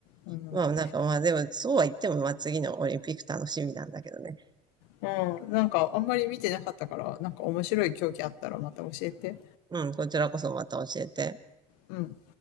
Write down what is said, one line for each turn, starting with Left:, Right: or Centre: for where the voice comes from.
Left: うん。
Right: まあなんかまあでも、そうは言っても、まあ次のオリンピック楽しみなんだけどね。
Left: うん。なんかあんまり見てなかったから、なんか面白い競技あったらまた教えて。
Right: うん、こちらこそまた教えて。
Left: うん。